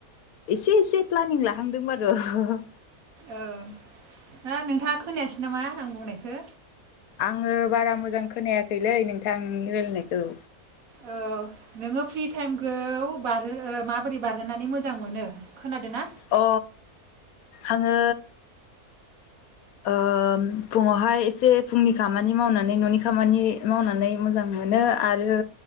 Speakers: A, on the left (about 70°); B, on the right (about 65°).
A: एसे एसे प्लानिं लाहांदों बारु ह'
B: ओ ना नोंथाङा खोनायासै नामा आं बुंनायखौ।
A: आङो बारा मोजां खोनायाखैलै नोंथांनि रायलायनायखौ।
B: औ नोङो फ्रि टाइमखौ बारहो माबोरै बारहोनानै मोजां मोनो खोनादों ना।
A: अ आङो ओ फुङावहाय एसे फुंनि खामानि मावनानै न'नि खामानि मावनानै मोजां मोनो आरो